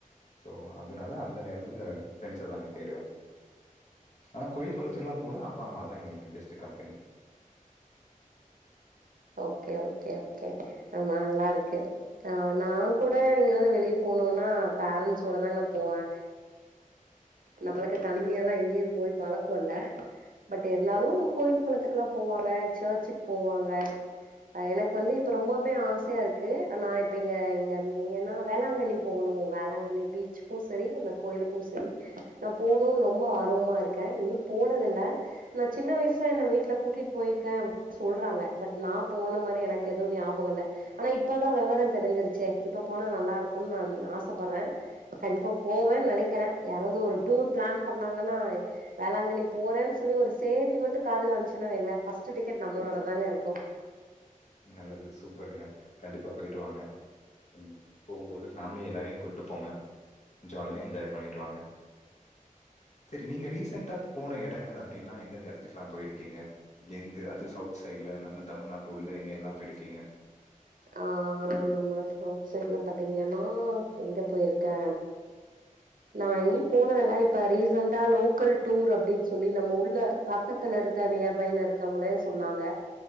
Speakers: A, on the left; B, on the right.
A: சோ அந் அதனால அந்த நேரத்துல பிரெண்ட்ஸ தாங்க தேடுவே ஆனா கோயில் கொளத்துக்குல்லா போன அப் ப்பாமா தா எங்களுக்கு best company
B: okay okay okay ஆமா நல்லாருக்கு ஆ நா கூட எங்கயாவது வெளிப் போனுன்னா பேரண்ட்ஸோட தாங்க போவெ நம்மளுக்கு தனிமையால்லா எங்யும் போய் பழக்கொ இல்ல பட் இருந்தாலு கோயில் கொளத்துக்குல்லா போவாங்க சர்ச்சுக் போவாங்க அ எனக் வந்து இப்ப ரொம்பவ்மே ஆசையாருக்கு நா இப்ப இங்க இங்க இங்கன்னா வேளாங்கண்ணி போவுணு வேளாங்கண்ணி பீச்சுக்கு சரி இந்த கோயிலுக்கு சரி நா போனுன் ரொம்ப ஆர்வமா இருக்கே இனி போனதுல்ல நா சின்ன வயசுல என்ன வீட்ல கூட்டிட் போயிருக்கே <inaudible> சொல்றாங்க பட் நா போன மாரி எனக்கு எதுவ் ஞாபகொல்ல ஆனா இப்பதா வெவரந் தெரிஞ்சிருச்சே இப்ப போனா நல்லாருக்குன் நான் ஆசப்பட்றே கண்டிப்பா போவேன் நனைக்கிறே யாராவ்து ஒரு டூர் பிளான் பண்ணாங்கன்னா வேளாங்கண்ணி போறேன் சொல்லி ஒரு சேதி மட்டு காதுல வன்ச்சுன்னா வைங்ளே ஃபர்ஸ்ட்டு டிக்கெட் நம்மளோடதுதாங்க இருக்கு
A: நல்லது சூப்பருங்க கண்டிப்பா போயிட்டு வாங்க ம் போகும் போது ஃபேம் மிலி எல்லாரையு கூட்டு போங்க ஜாலியா என்ஜாய் பண்ணிட்டு வாங்க செரி நீங்க ரீசென்ட்டா போன எடங்கள் அப்டின்னா எந்தெந்த எடத்துக்லா போயிருக்கீங்க எங்க அது சவுத் சைட்ல நம்ம தமிழ்நாட் டுள்ள எங்க எல்லா பொயிடுக்கீங்க
B: ஆ நம்ம சவுத் சைட்ல பாத்தீங்கன்னா எங்க போயிருக்கே நா எங்யு போனதெல்ல இப்ப ரீசண்டா லோக்கல் டூர் அப்டின் சொல்லி நம்ம உள்ள பக்கத்துலருக்க நியர்பைல இருக்கவுங்களே சொன்னாங்க